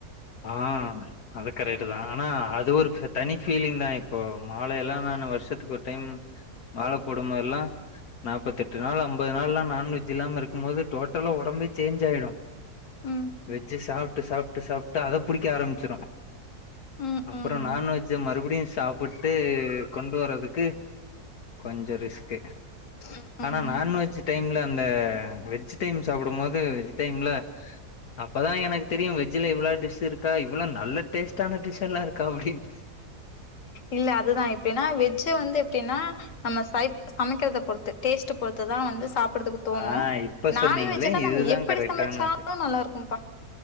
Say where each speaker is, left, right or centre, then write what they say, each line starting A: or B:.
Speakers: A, on the left; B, on the left.
A: ஆ அது கரேட்டு தா ஆனா அது ஒரு தனி பீலிங் தா இப்போ மாலேல்லா நா வருஷத்துக்கு ஒரு டைம் மால போடுமோ எல்லா நாப்பத்தெட்டு நாள் அம்பது நாள் ல்லா நாான்வெஜ் இல்லாம இருக்கும் போது டோட்டலா ஒடம்பே சேஞ்ச் ஆயிடு
B: ம்
A: வெஜ்ஜ சாப்ட்டு சாப்ட்டு சாப்ட்டு அத புடிக்க ஆரம்பிச்சுரு
B: ம் ம்
A: அப்புரோ நான்வெஜ்ஜ
B: ம்
A: மறுபடியு சாப்புட்டு கொண்டு வர்றதுக்கு கொஞ்ச ரிஸ்க்கு
B: ம்
A: ஆனா
B: ம்
A: நான்வெஜ்ஜு டைம்ல இந்த வெஜ் டைம் சாப்புடும் போது வெஜ் டைம்ல அப்பதா எனக்கு தெரியு வெஜ்ல இவ்ள டிஷ் இருக்கா இவ்ள நல்ல டேஸ்டான டிஷ்ஷல்லா இருக் கவ்டின்
B: இல்ல அதுதா எப்டின்னா வெஜ் வெஜ் வந்து எப்டின்னா நம்ம சைப் சமைக்கிறத பொறுத்து டேஸ்ட் பொறுத்துதா வந்து சாப்டுதுக்கு தோணு
A: ஆ இப்ப
B: நான்வெஜ்ல்ல
A: சொன்னீங்களே இதுதா
B: நம்ம எப்படி
A: கரெக்டானது
B: சமைச்சாலு நல்லா இருக்கும்ப்பா